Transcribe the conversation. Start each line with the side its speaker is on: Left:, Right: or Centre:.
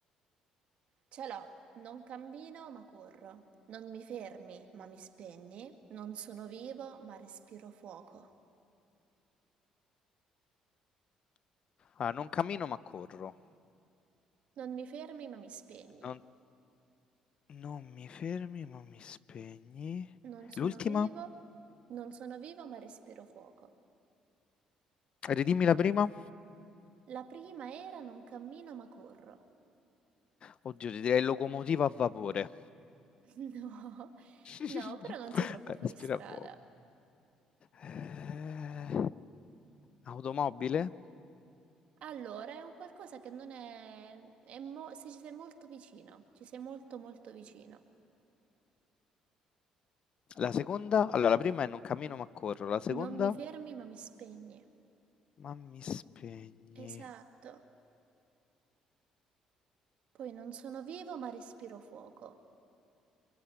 Right: Ce l'ho, non cammino ma corro. Non mi fermi ma mi spegni. Non sono vivo ma respiro fuoco.
Left: Ah, non cammino ma corro.
Right: Non mi fermi ma mi spegni.
Left: Non, non mi fermi ma mi spegni.
Right: Non sono
Left: L'ultima?
Right: vivo, non sono vivo ma respiro fuoco.
Left: Ridimmi la prima?
Right: La prima era non cammino ma corro.
Left: Oddio, ti direi locomotiva a vapore.
Right: <laughs> No,
Left: <laughs>
Right: no, però non sei troppo
Left: Eh,
Right: fuori
Left: Respira
Right: strada.
Left: poco. Eh, automobile?
Right: Allora, è un qualcosa che non è... è mo- se ci sei molto vicino, ci sei molto molto vicino.
Left: La seconda? Allora, la prima è non cammino ma corro. La seconda?
Right: Non mi fermi, ma mi spegni.
Left: Ma mi spegni.
Right: Esatto. Poi non sono vivo, ma respiro fuoco.